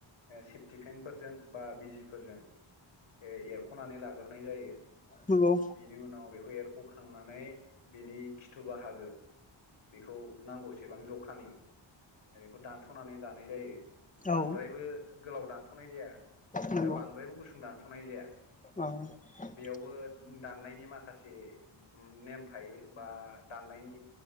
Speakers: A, on the left (about 85°); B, on the left (about 15°).
A: सेफटि फेनफोरजों बा बिजिफोरजों ए एरख' खनानै लाग्राय जायो
B: नंगौ
A: बेनि उनाव बे एरख' खांनानै बिनि खिथु बाहागो बेखौ नांगौसेबां जखानि ओ बेखौ दानस'नानै लानाय जायो। बांद्रायबो
B: औ
A: गोलाव दानस'नाय जाया
B: नंगौ
A: आरो बांद्रायबो गुसुं दानस'नाय जाया।
B: औ
A: बेयावबो दाननायनि माखासे नेम थायो बा दाननायनि